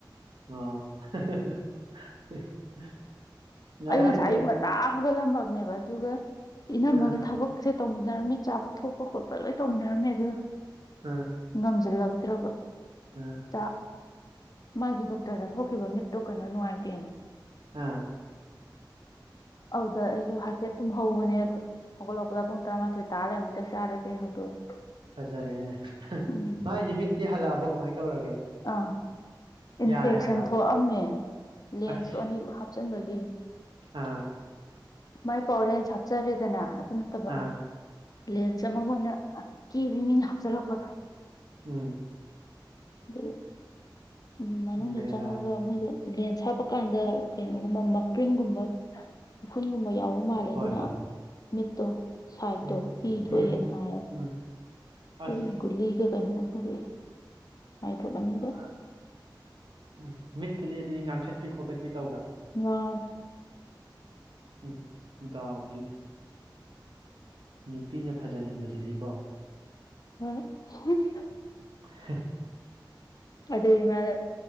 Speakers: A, on the right; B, on the left.
A: ꯑꯣ <unintelligible> ꯉꯔꯥꯡꯗꯤ
B: ꯑꯩꯅ ꯁꯥꯏ ꯇꯥꯒꯣ ꯂꯝꯂꯝ ꯊꯕꯗꯎꯒ ꯏꯅꯝꯃꯒ
A: ꯑꯥ
B: ꯊꯕꯛꯁꯦ ꯇꯧꯃꯤꯟꯅꯔꯝꯃꯤ ꯆꯆꯥ ꯄꯨꯊꯣꯛꯄ ꯈꯣꯠꯄ ꯂꯣꯏ ꯇꯧꯃꯤꯟꯅꯔꯝꯃꯦ ꯑꯗ
A: ꯑꯥ
B: ꯅꯝꯖꯔꯤ ꯂꯥꯛ ꯠꯇ꯭ꯔꯕ
A: ꯑꯥ
B: ꯆꯥꯛ ꯃꯥꯖꯨꯗ ꯊꯣꯛꯈꯤꯕ ꯃꯤꯠ ꯇꯣ ꯀꯩꯅꯣ ꯅꯨꯡꯉꯥꯏꯇꯦꯅ
A: ꯑꯥ
B: ꯑꯗꯨꯗ ꯑꯩꯁꯨ ꯍꯥꯏꯐꯦꯠ ꯑꯗꯨꯝ ꯍꯧꯕꯅꯦ ꯑꯗꯨ ꯍꯧꯒꯠꯂꯛꯄꯗ ꯄꯨꯡ ꯇꯔꯥꯃꯥꯊꯣꯏ ꯇꯥꯔꯅꯤ ꯆꯥꯛ ꯆꯥꯔꯁꯦ ꯍꯧꯗꯣꯛꯑꯦ
A: ꯐꯖꯔꯦꯅꯦ
B: ꯎꯝ
A: ꯃꯥꯥꯏꯗꯤ ꯃꯤꯠꯇꯤ ꯍꯜꯂꯛꯑꯕ ꯀꯃꯥꯏꯅ ꯇꯧꯔꯒꯦ
B: ꯑꯥ ꯏꯟꯐꯦꯛꯁꯟ
A: ꯌꯥꯔꯦ ꯍꯥꯏꯕ꯭ꯔꯥ
B: ꯊꯣꯛꯑꯝꯃꯦ ꯂꯦꯟꯁꯇꯣ
A: ꯑꯁ
B: ꯑꯅꯤ ꯍꯥꯞꯆꯤꯟꯕꯒꯤꯦ
A: ꯑꯥ
B: ꯃꯥꯏ ꯄꯥꯎꯔꯂꯦꯟꯁ ꯍꯥꯞꯆꯔꯦꯗꯅ ꯑꯗꯨ ꯅꯠꯇꯕ
A: ꯑꯥ
B: ꯂꯦꯟꯁ ꯑꯃ ꯑꯣꯏꯅ ꯀꯦꯕꯤ ꯃꯤꯅ ꯍꯥꯞꯆꯤꯜꯂꯛꯄꯗꯣ
A: ꯎꯝ
B: ꯎ ꯎꯝ ꯃꯅꯨꯡꯗ
A: ꯕꯦꯔꯥꯅꯤ
B: ꯆꯪꯉꯒ ꯃꯣꯏꯗꯣ ꯂꯦꯟ ꯁꯥꯞꯄ ꯀꯥꯟꯗ ꯀꯩꯅꯣꯒꯨꯝꯕ ꯃꯀ꯭ꯔꯤꯡꯒꯨꯝꯕ ꯈꯨꯨꯟꯒꯨꯝꯕ ꯌꯥꯎꯕ ꯃꯥꯜꯂꯦ ꯑꯗꯨꯅ
A: ꯍꯣꯏ ꯍꯣꯏ
B: ꯃꯤꯠꯇꯣ ꯁꯥꯏꯠꯇꯣ
A: ꯎꯝ
B: ꯄꯤ ꯊꯣꯛꯣꯛꯑꯦꯅ
A: ꯎꯝ
B: ꯍꯥꯏꯌꯦ
A: ꯎꯝ ꯑꯁ
B: ꯑꯗꯨꯒꯤ ꯒꯨꯂꯤꯒ ꯀꯩꯅꯣ ꯑꯗꯨ ꯥꯏꯗ꯭ꯔꯣꯕꯅꯤꯒ
A: ꯑ ꯎꯝ ꯃꯠꯨꯗꯤ ꯑꯗꯨ ꯀꯥꯡꯥꯡꯈꯠꯄꯤ ꯈꯣꯀꯠꯄꯤ ꯇꯧꯕ꯭ꯔꯥ
B: ꯉ
A: ꯎꯝ ꯗꯥꯎꯗꯤ ꯅꯨꯄꯤꯅ ꯐꯖꯅꯤꯡꯕꯁꯤꯗꯤꯀꯣ
B: ꯑ
A: <unintelligible>
B: ꯑꯗꯨ ꯃꯥꯅ